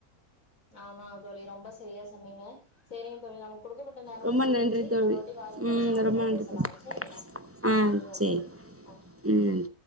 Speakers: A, on the left; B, on the right.
A: ஆமாங்க தோழி ரொம்ப சரியா சொன்னீங்க சரிங்க தோழி நமக் குடுக்கப்பட்ட நேரமும்
B: ரொம்ப
A: முடிஞ்சுருச்சு
B: நன்றி
A: இன்னொரு
B: தோழி
A: வாட்டி வாய்ப்பு
B: ம்
A: கெடச்சா கண்டிப்பா
B: ரொம்ப நன்றி
A: பேசலாங்க
B: தோழி
A: சேரிங்களா
B: ஆ
A: நன்றிங்க
B: சேரி
A: தோழி நன்றி
B: ம்